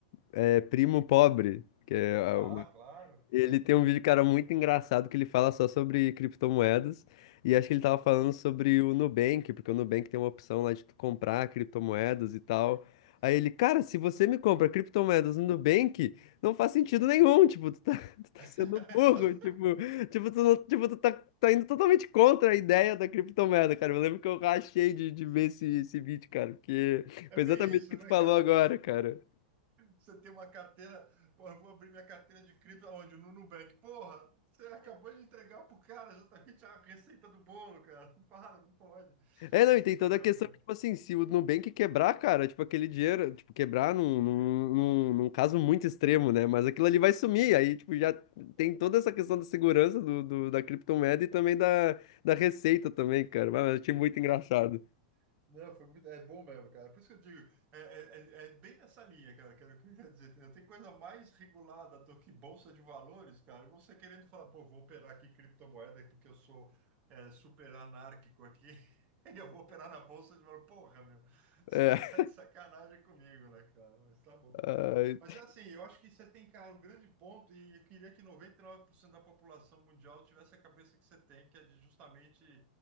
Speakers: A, on the left; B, on the right.
A: é, Primo Pobre, que é ah,
B: Tá, claro.
A: Ele tem um vídeo, cara, muito engraçado que ele fala só sobre criptomoedas. E acho que ele
B: É.
A: tava falando sobre o Nubank, porque o Nubank tem uma opção lá de tu comprar criptomoedas e tal.
B: Sim, sim.
A: Aí ele, cara, se você me compra criptomoedas no Nubank, não faz sentido nenhum. Tipo, tu tá, <laughs> tu tá
B: <laughs>
A: sendo burro. Tipo, tipo, tu, não- tipo, tu tá, tá indo totalmente contra a ideia da criptomoeda, cara. Eu lembro que eu rachei de, de ver esse, esse vídeo, cara, porque
B: É
A: foi
B: bem
A: exatamente
B: isso,
A: o que
B: né,
A: tu falou
B: cara?
A: agora, cara.
B: Você tem uma carteira, porra, eu vou abrir minha carteira de cripto aonde? No Nubank. Porra, você acabou de entregar pro cara exatamente a receita do bolo, cara. Para, não pode.
A: É, não,
B: É
A: e
B: isso
A: tem toda
B: mesmo,
A: a questão,
B: cara.
A: tipo assim, se o Nubank quebrar, cara, tipo, aquele dinheiro, tipo, quebrar num,
B: Sumiu.
A: num, num, num caso muito extremo, né? Mas aquilo ali vai sumir,
B: Uhum.
A: aí, tipo, já tem toda essa questão da segurança do, do- da criptomoeda e também da, da receita também,
B: Sim.
A: cara. Mas eu achei muito engraçado.
B: Cara, não, foi muito, é bom mesmo, cara. Por isso que eu digo, é, é, é é bem nessa linha, cara, que era o que eu ia dizer. Não tem coisa mais regulada do que bolsa de valores, cara. E você querendo falar, pô, vou operar aqui criptomoeda porque eu sou é, super anárquico aqui, <laughs> e eu vou operar na bolsa de valores. Porra, meu, <laughs> você
A: É, <laughs>
B: tá de sacanagem comigo, né, cara? Mas tá bom.
A: ai,
B: Mas é assim, eu acho que você tem, cara, um grande ponto, e eu queria que 99% da população mundial tivesse a cabeça que você tem, que é de justamente.